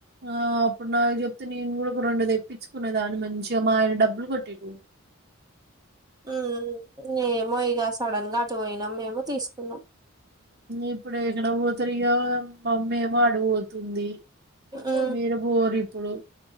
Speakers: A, on the right (about 45°); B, on the right (about 15°).
A: ఆ అప్పుడు నాకు చెప్తే నేను కూడా ఒక రెండు తెప్పించుకునేదాన్ని మంచిగా మా ఆయన డబ్బులు కొట్టేటోడు.
B: మ్మ్ ఏమో ఇగ సడన్ గా అటు పోయినాం మేము తీసుకున్నాం
A: ఇప్పుడు ఎక్కడ పోతారీగా మమ్మీ ఏమో అడపోతుంది
B: ఉమ్
A: మీరు బోరు ఇప్పుడు